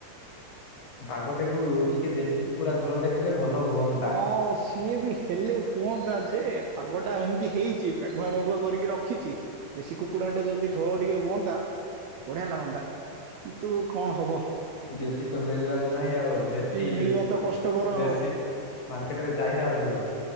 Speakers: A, on the left; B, on the right.
A: ପାଗଟାକୁ ଟିକେ ଦେଶୀ କୁକୁଡା ଝୋଳଟେ ହେଲେ। ଭଲ ହୁଅନ୍ତା
B: ହଁ ସିଏ ବି ହେଲେ ହୁଅନ୍ତା ଯେ ପାଗ ଟା ଏମତି ହେଇ। ମେଘୁଆ ମେଘୁଆ କରିକି ରଖିଛି ଦେଶୀ କୁକୁଡା ଟା ଯଦି ଝୋଳ ଟିକେ ହୁଅନ୍ତା ବଢିଆ ଲାଗନ୍ତା କିନ୍ତୁ କଣ ହବ।
A: ଦେଶୀ ତ ମିଳିବାକୁ ନାହିଁ ଆଉ ଦେଶୀ
B: ମିଳିବା ତ କଷ୍ଟକର
A: ଦେଶୀ।
B: ଆଉ
A: ମାର୍କେଟ ରେ ଚାହିଦା ଅଧିକ।